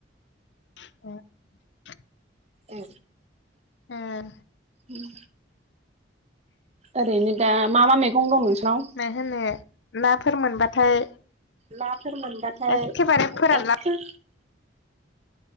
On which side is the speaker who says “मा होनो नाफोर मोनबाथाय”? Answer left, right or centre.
Left